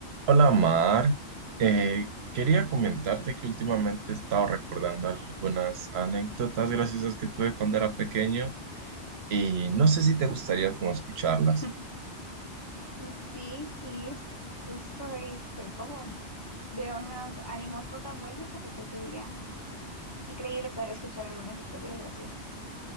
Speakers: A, on the right (about 70°); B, on the left (about 25°).
A: Hola Mar, Eh, quería comentarte que últimamente he estado recordando algunas anécdotas graciosas que tuve cuando era pequeño y no sé si te gustaría como escucharlas.
B: <laughs> Sí, sí, es justo estoy como de unos ánimos no tan buenos, así que sería increíble poder escuchar algunas historias graciosas.